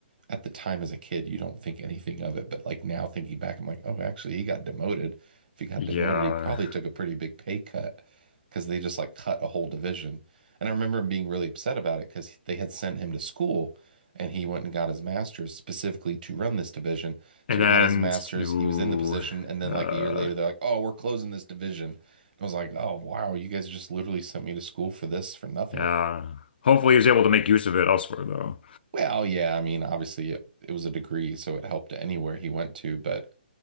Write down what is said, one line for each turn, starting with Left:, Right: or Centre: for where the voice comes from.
Right: at the time as a kid, you don't think anything of it. But like now thinking back, I'm like, oh, actually, he got demoted. If he got
Left: Yeah.
Right: demoted, he probably took a pretty big pay cut because they just like cut a whole division. And I remember him being really upset about it because they had sent him to school and he went and got his master's specifically to run this division.
Left: And
Right: So he
Left: then,
Right: got his master's,
Left: ooh,
Right: he was in the position. And then
Left: uh,
Right: like a year later, they're like, oh, we're closing this division. And I was like, oh, wow, you guys just literally sent me to school for this for nothing.
Left: yeah. Hopefully he was able to make use of it elsewhere, though.
Right: Well, yeah, I mean, obviously it, it was a degree, so it helped anywhere he went to, but